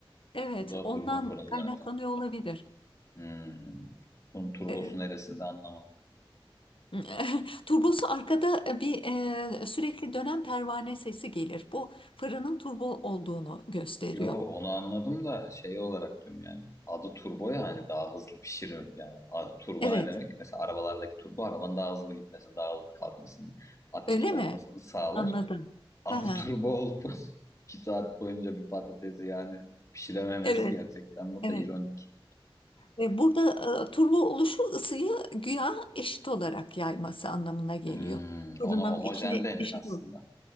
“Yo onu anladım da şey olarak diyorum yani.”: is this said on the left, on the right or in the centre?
Left